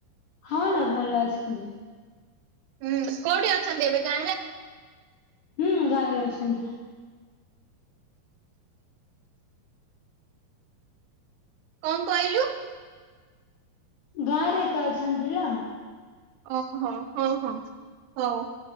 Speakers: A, on the left (about 75°); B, on the right (about 85°).
A: ହଁ ଲୋ। ଭଲ ଅଛନ୍ତି
B: ହୁଁ କୋଉଠି ଅଛନ୍ତି ଏବେ। <inaudible>
A: ହୁଁ ଗାଁରେ ଅଛନ୍ତି।
B: କଣ କହିଲୁ।
A: ଗାଁରେ ଏକା ଅଛନ୍ତି ଲୋ।
B: ଓ ହୋ ହଁ ହଁ ହଉ